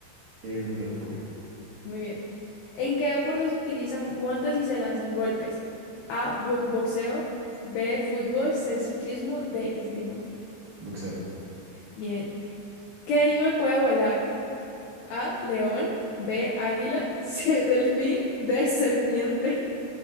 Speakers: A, on the right; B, on the left.
A: el microscopio,
B: Muy bien. ¿En qué deporte se utilizan guantes y se lanzan golpes? A, bo- boxeo, B, fútbol, C, ciclismo, D, esgrima.
A: boxeo,
B: Bien. ¿Qué animal puede volar? A, león, B, águila, <laughs> C, delfín, D, serpiente.